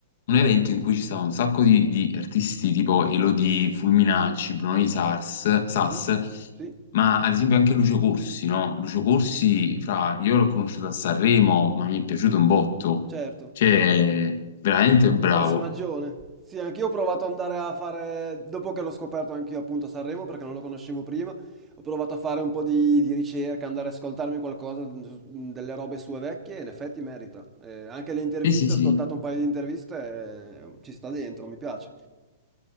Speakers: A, on the left; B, on the right.
A: un evento in cui ci stavano un sacco di, di artisti tipo Elodie, Fulminacci, Bruno di Sars, Sas,
B: Mhm. Sì,
A: ma ad esempio anche Lucio Corsi, no? Lucio Corsi, fra, io l'ho conosciuto a Sanremo, ma mi è piaciuto un botto,
B: certo.
A: cioè, veramente bravo.
B: Personaggione. Sì, anch'io ho provato ad andare a fare, dopo che l'ho scoperto anch'io appunto a Sanremo, perché non lo conoscevo prima, ho provato a fare un po' di, di ricerca, andare ad ascoltarmi qualcosa, mh, delle robe sue vecchie, e in effetti merita. Eh, anche le interviste,
A: Sì, sì, sì.
B: ho ascoltato un paio di interviste, e ci sta dentro, mi piace.